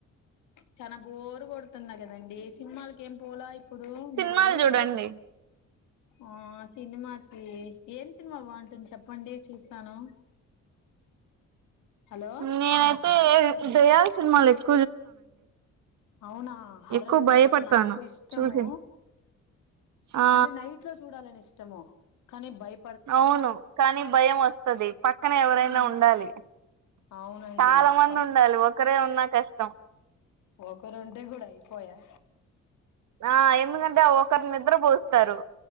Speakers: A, on the left; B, on the right.
A: చానా బోరు కొడుతున్నా కదా దండి సినిమాలకి ఏం పోలా ఇప్పు ఇప్పుడు మీరు
B: సినిమాలు చూడండి
A: కొత్త ఆ సినిమాకి ఏం సినిమా బాగుంటుంది చెప్పండి చూస్తాను. హలో
B: నేనైతే దయ్యాల్ సినిమాల్ ఎక్కు
A: అవునా హర్రర్
B: ఎక్కువ
A: మూవీస్
B: భయపడతాను
A: నాకు ఇష్టము
B: చూసింది ఆ
A: అంటే నైట్ లో చూడాలని ఇష్ ఇష్టము కానీ బయప్
B: అవును కానీ భయం వస్తది పక్కన ఎవరైనా
A: ఆ
B: ఉండాలి
A: అవునండి
B: చాలా మంది
A: పక్
B: ఉండాలి ఒకరే ఉన్నా కష్టం
A: ఒకరుంటే కూడా అయిపోయా
B: ఆ ఎందుకంటే ఒకరి నిద్ర పోస్తారు